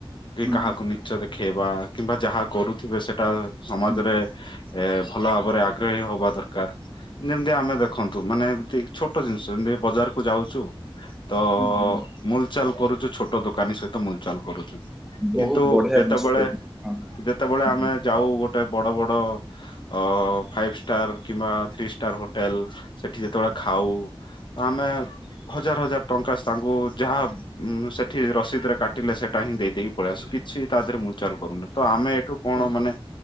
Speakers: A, on the left; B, in the centre.
A: କି
B: ହୁଁ,
A: କାହାକୁ ନିଚ ଦେଖେଇବା କିମ୍ବା ଯାହା କରୁଥିବେ ସେଟା ସମାଜରେ
B: ହୁଁ, ହୁଁ, ହୁଁ, ହୁଁ,
A: ଏ ଭଲ ଭାବରେ ଆଗ୍ରହୀ ହବା ଦରକାର ଯେମିତି ଆମେ ଦେଖନ୍ତୁ ମାନେ ଏ ଛୋଟ ଜିନିଷ ଯେମତି ବଜାରକୁ ଯାଉଛୁ ତ
B: ହୁଁ, ହୁଁ,
A: ଲଚଲ କରୁ ଛୋଟ ଦୋକାନୀ ସହିତ ମୁଲଚଲ କରୁଛୁ। କିନ୍ତୁ
B: ବହୁତ ବଢିଆ
A: ଯେତେବେଳେ
B: ଜିନିଷ କହୁଛନ୍ତି
A: ଯେତେବେଳେ
B: ହଁ
A: ଆମେ
B: ହୁଁ,
A: ଯାଉ ଗୋଟେ ଗୋଟେ ବଡ ବଡ ଅ ଫାଇଭ ଷ୍ଟାର କିମ୍ବା ଥ୍ରୀ ଷ୍ଟାର ହୋଟେଲ ସେଠି ଯେତେବେଳେ ଖାଉ ତ ଆମେ ହଜାର ହଜାର ଟଙ୍କା ତାଙ୍କୁ ଯାହା ଉ ସେଠି ରସିଦ ରେ କାଟିଲେ ସେଟା ହିଁ ଦେଇଦେଇକି ପଳେଇ ଆସ କିଛି ତା ଦେହରେ ମୁଚାଲ କରୁନି ତ ଆମେ ଏଠୁ କଣ
B: ହୁଁ,
A: ମାନେ